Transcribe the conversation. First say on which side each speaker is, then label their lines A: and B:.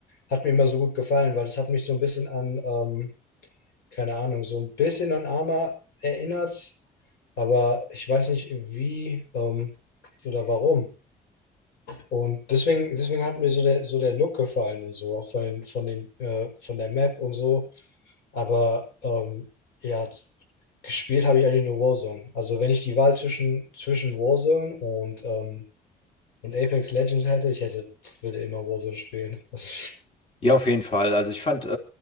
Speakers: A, on the left; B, on the left.
A: hat mir immer so gut gefallen, weil das hat mich so ein bisschen an, ähm, keine Ahnung, so ein bisschen an Arma erinnert aber ich weiß nicht, wie ähm, oder warum. Und deswegen, deswegen hat mir so der, so der Look gefallen und so, auch von den, von den, äh, von der Map und so. Aber ähm, ja, z- gespielt habe ich eigentlich nur Warzone. Also wenn ich die Wahl zwischen, zwischen Warzone und, ähm, und Apex Legends hätte, ich hätte, würde immer Warzone spielen. <laughs> Das,
B: Ja, auf jeden Fall. Also ich fand äh,